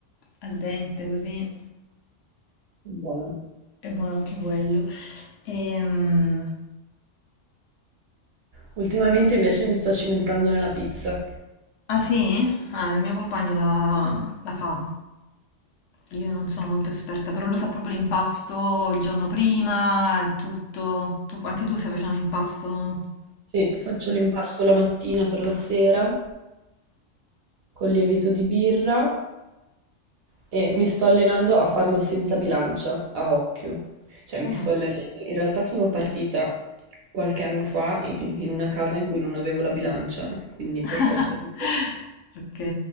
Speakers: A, on the left; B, on the right.
A: al dente così,
B: Buono.
A: è buono anche quello. Ehm,
B: Ultimamente invece mi sto cimentando nella pizza.
A: Ah sì? Ah, il mio compagno la, la fa. Io non sono molto esperta, però lui fa proprio l'impasto il giorno prima e tutto. Tu- anche tu stai facendo l'impasto?
B: Sì, faccio l'impasto la mattina per la sera con lievito di birra e mi sto allenando a farlo senza bilancia, a occhio. Cioè
A: Mamma
B: mi sto
A: mia.
B: allenando. In realtà sono partita qualche anno fa in, in una casa in cui non avevo la bilancia, quindi
A: <laughs>
B: per forza... di- cose.
A: Ok,